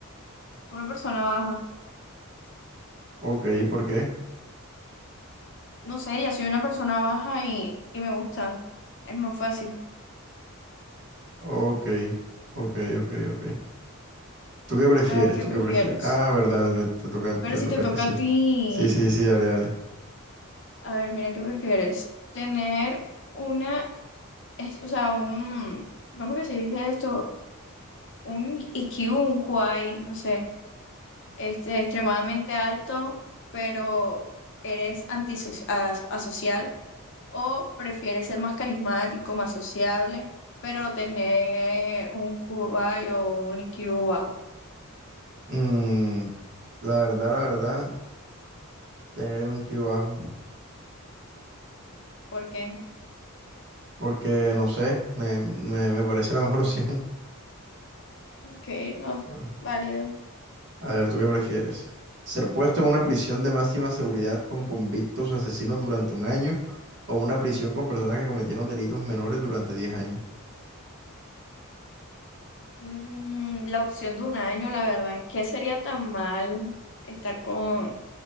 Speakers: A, on the left (about 55°); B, on the right (about 55°).
A: una persona baja.
B: Ok, ¿por qué?
A: No sé, ya soy una persona baja y, y me gusta. Es más fácil.
B: Ok, ok, ok, ok. ¿Tú qué prefieres?
A: A ver, ¿qué
B: ¿Tú
A: prefieres?
B: qué prefieres? Ah, verdad, me- te toca, te
A: Pero si
B: toca
A: te toca
B: a ti, sí.
A: a ti,
B: Sí, sí, sí, dale, dale.
A: a ver, mira, ¿qué prefieres? Tener una, es- o sea, un, ¿cómo que se dice esto? Un IQ, un QI, no sé, este, extremadamente alto, pero eres antisocial, o prefieres ser más carismático, más sociable, pero tener un QI o un IQ bajo.
B: Mm, la verdad, la verdad, tener un Q bajo.
A: ¿Por qué?
B: porque no sé, me, me, me parece la mejor <laughs> opción.
A: Ok, no,
B: Mm.
A: válido.
B: A ver, ¿tú qué prefieres? ¿Ser puesto en una prisión de máxima seguridad con convictos asesinos durante un año o una prisión con personas que cometieron delitos menores durante 10 años?
A: Mm, la opción de un año, la verdad, ¿qué sería tan mal estar con